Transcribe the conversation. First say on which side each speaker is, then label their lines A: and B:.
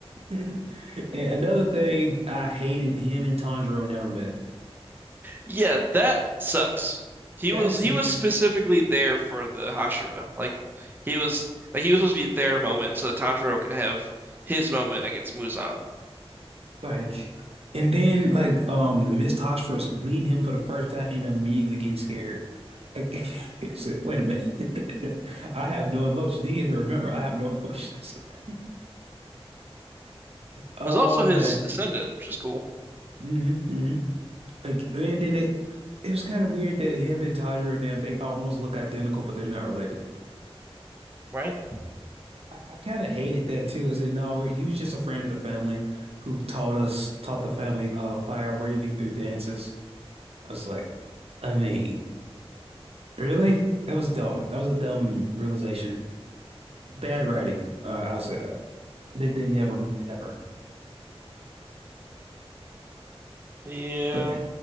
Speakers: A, on the right; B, on the right.
A: And another thing I hated him and Tanjiro never met.
B: Yeah, that sucks. He
A: That
B: was
A: is
B: he
A: the
B: was specifically there for the Hashira. Like he was like he was supposed to be their moment so that Tanjiro could have his moment against Muzan.
A: like and then like um the Miss Hoshir's meeting him for the first time and immediately getting scared. Like, <laughs> I said, wait a minute. <laughs> I have no emotion. He had to remember I have no emotions. <laughs> Oh
B: was also his
A: man.
B: descendant, which is cool,
A: hmm hmm Like, and then it it was kind of weird that him and Tanjiro Damn, they almost look identical, but they're not related.
B: right?
A: I, I kind of hated that too. I said, no, we, he was just a friend of the family who taught us, taught the family uh, fire breathing through dances. I was like, I mean, really? That was dumb. That was a dumb realization. Bad writing. Uh, I'll say that. They they never meet ever.
B: Yeah.
A: But.